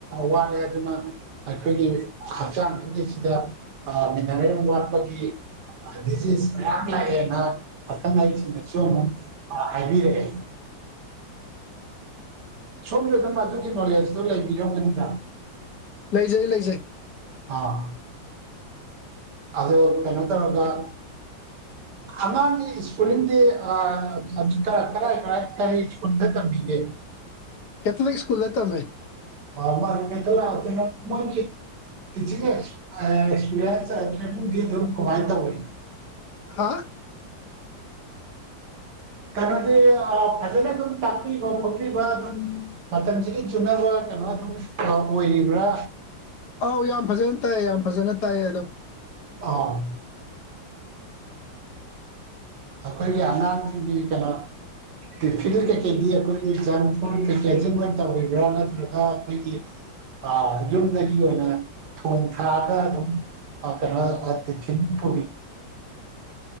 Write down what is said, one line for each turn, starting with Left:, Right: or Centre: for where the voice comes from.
Right: ꯋꯥꯠꯂꯦ ꯑꯗꯨꯅ ꯑꯩꯈꯣꯏꯒꯤ ꯍꯛꯆꯥꯡꯁꯤꯗꯩꯁꯤꯗ ꯑꯥ ꯃꯤꯅꯔꯦꯜ ꯋꯥꯠꯄꯒꯤ ꯑꯥ ꯗꯤꯖꯤꯁ ꯃꯌꯥꯝ ꯂꯥꯛꯑꯦꯅ ꯑꯈꯪꯁꯤꯡꯅꯁꯨ ꯑꯃꯨꯛ ꯍꯥꯏꯕꯤꯔꯛꯑꯦ ꯁꯣꯝꯗꯒ ꯑꯗꯨꯒꯤ ꯅꯣꯂꯦꯖꯇꯣ ꯂꯩꯕꯤꯔꯝꯒꯅꯤꯗ
Left: ꯂꯩꯖꯩ ꯂꯩꯖꯩ
Right: ꯑꯥ ꯑꯗꯣ ꯀꯩꯅꯣ ꯇꯧꯔꯒ ꯑꯉꯥꯡꯒꯤ ꯁ꯭ꯀꯨꯜꯂꯤꯡꯗꯤ ꯑꯥ ꯀꯔꯥ ꯀꯔꯥꯏ ꯀꯔꯤ ꯁ꯭ꯀꯨꯜꯗ ꯇꯝꯕꯤꯒꯦ
Left: ꯀꯦꯊꯣꯂꯤꯛ ꯁꯀꯨꯜꯗ ꯇꯝꯃꯦ
Right: ꯃꯥꯃ ꯑꯗꯨꯛꯦꯇꯅꯅ ꯃꯥ <unintelligible> ꯇꯤꯆꯤꯡ ꯑꯦꯛꯁꯄꯤꯔꯤꯌꯦꯟꯁ ꯍꯥꯏ ꯀꯃꯥꯏ ꯇꯧꯔꯤ
Left: ꯍꯥ
Right: ꯀꯩꯅꯣꯗꯤ ꯑꯥ ꯐꯖꯅ ꯑꯗꯨꯝ ꯇꯥꯛꯄꯤꯕ ꯈꯣꯠꯄꯤꯕ ꯑꯗꯨꯝ ꯃꯇꯝꯁꯤꯒꯤ ꯆꯨꯅꯕ ꯀꯩꯅꯣ ꯑꯗꯨꯝ ꯑꯣꯏꯔꯤꯕ꯭ꯔꯥ
Left: ꯑꯧ ꯌꯥꯝ ꯐꯖꯅ ꯇꯥꯏꯌꯦ ꯌꯥꯝ ꯐꯖꯅ ꯇꯥꯏꯌꯦ ꯑꯗꯨꯝ
Right: ꯑꯥ ꯑꯩꯈꯣꯏꯒꯤ ꯑꯉꯥꯡꯖꯤꯡꯒꯤ ꯀꯩꯅꯣ ꯇꯤꯐꯤꯟꯗ ꯀꯩꯀꯩꯗꯤ ꯑꯩꯈꯣꯏꯒꯤ ꯖꯝ ꯐꯨꯗ ꯀꯩꯀꯩꯁꯤ ꯂꯣꯏ ꯇꯧꯕ꯭ꯔꯥ ꯅꯠꯇ꯭ꯔꯒ ꯑꯩꯈꯣꯏꯒꯤ <unintelligible> ꯑꯥ ꯌꯨꯝꯗꯒꯤ ꯑꯣꯏꯅ ꯊꯣꯡ ꯊꯥꯛꯑꯒ ꯑꯗꯨꯝ ꯑꯥ ꯀꯩꯅꯣ ꯇꯤꯐꯤꯟ ꯄꯨ